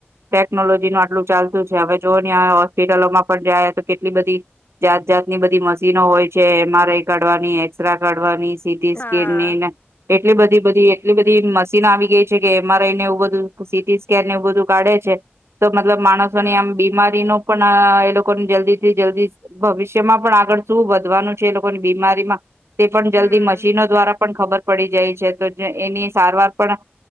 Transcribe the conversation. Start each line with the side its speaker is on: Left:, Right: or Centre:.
Right: ટેકનોલોજી ન આટલું ચાલતું છે હવે જો ન હોસ્પિટલોમાં પણ જાય તો કેટલી બધી જાત જાતની બધી મશીનો હોય છે એમઆરઆઈ કાઢવાની એક્સરે કાઢવાની સિટી
Left: હા
Right: સ્કેન ને એટલી બધી બધી એટલી બધી મશીન આવી ગઈ છે કે એમઆરઆઈ ને એવું બધું સીટી સ્કેન ને એવું બધું કાઢે છે. તો મતલબ માણસોની
Left: હમ
Right: આમ બીમારી ન પણ એ લોકોને જલ્દી થી જલ્દી ભવિષ્યમાં પણ આગળ શું વધવાનું છે એ લોકોની બીમારીમાં તે પણ
Left: હમ
Right: જલ્દી મશીનો દ્વારા પણ ખબર પડી જાય છે તો એની સારવાર પણ